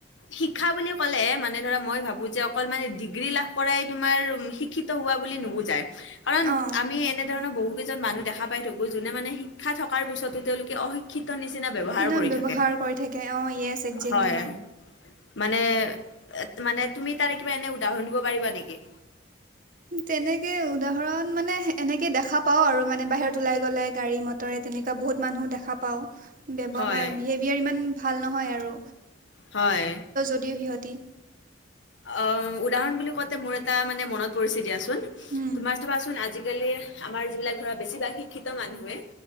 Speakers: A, on the left; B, on the right.
A: শিক্ষা বুলি ক'লে মানে ধৰা মই ভাবো, যে অকল মানে ডিগ্ৰী লাভ কৰাই তোমাৰ শিক্ষিত হোৱা বুলি নুবুজায়। কাৰণ
B: অ
A: আমি এনেধৰণৰ বহু কেইজন মানুহ দেখা পাই থাকো, যোনে মানে শিক্ষা থকাৰ পিছতো তেওঁলোকে অশিক্ষ ক্ষিত নিচিনা ব্যৱহাৰ
B: ন
A: কৰি
B: ব্যৱহাৰ
A: থাকে,
B: কৰি থাকে অ য়েছ একজেক্টলি
A: হয়। মানে এ মানে তুমি তাৰে কিবা এনে উদাহৰণ দিব পাৰিবা নেকি?
B: তেনেকে উদাহৰণ মানে এনেকে দেখা পাওঁ আৰু মানে বাহিৰত ওলাই গ'লে, গাড়ী মট টৰে তেনেকুৱ বহুত মানুহ দেখা পাওঁ। ব্যৱহাৰ
A: হয়
B: বিহেভিয়াৰ ইমান ভাল নহয় আৰু।
A: হয়।
B: দিওঁ, সিহঁতি
A: অ' উদাহৰণ বুলি কওঁতে মোৰ এটা মানে মনত- পৰিছে দিয়াচোন,
B: উম
A: তোমাৰ চাবাচোন আজিকালি আমাৰ যিবিলাক ধৰা বেছিভাগ শিক্ষিত মানুহে